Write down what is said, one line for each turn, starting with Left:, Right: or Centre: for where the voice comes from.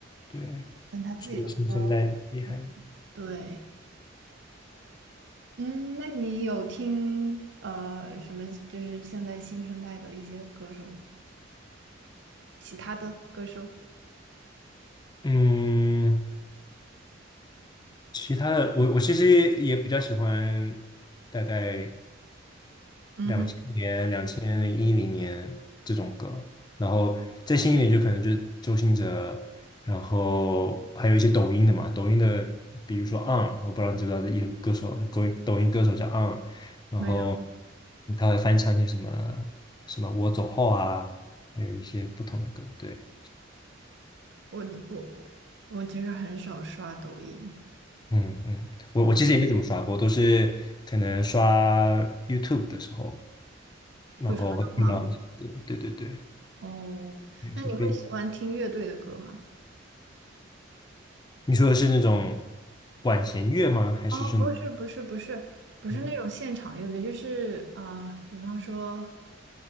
Left: 对，
Right: 但他自己的歌，
Left: 是的新现在厉害。
Right: 嗯对，嗯，那你有听呃什么？就是现在新生代的一些歌手，其他的歌手？
Left: 嗯，其他的我我其实也比较喜欢大概。
Right: 嗯哼，
Left: 两年、零一零年这种歌，然后再新一点就可能就是周兴哲，然后还有一些抖音的嘛，抖音的比如说 On，我不知道你知不知道这一个歌手，抖音抖音歌手叫 On，然后
Right: 没有，
Left: 他会翻唱一些什么什么我走后啊，还有一些不同的歌，对。
Right: 我我我我其实很少刷抖音，
Left: 嗯嗯，我我其实也没怎么刷过，
Right: 嗯，
Left: 都是可能刷 YouTube 的时候，然后会听到一些歌，
Right: 会刷到吗？
Left: 对对对，
Right: 哦，
Left: 有一些背景。
Right: 那你会喜欢听乐队的歌吗？
Left: 你说的是那种管弦乐吗？还是是？
Right: 哦，不是不是不是不是那种现场乐队，
Left: 嗯
Right: 就是呃，比方说